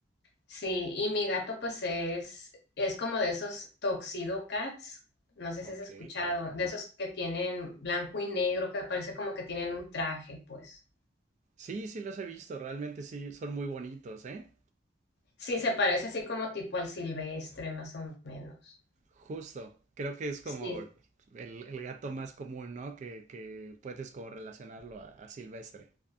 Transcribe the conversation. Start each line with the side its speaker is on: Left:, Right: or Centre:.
Left: Sí, y mi gato pues es, es como de esos Tuxedo Cats, no sé
Right: Ok.
Left: si has escuchado, de esos que tienen blanco y negro, que parece como que tienen un traje, pues.
Right: Sí, sí los he visto, realmente sí, son muy bonitos, ¿eh?
Left: Sí, se parece así como tipo al silvestre, más o menos.
Right: Justo. Creo que es como
Left: Sí.
Right: el, el gato más común, ¿no? Que, que puedes como relacionarlo a, a Silvestre.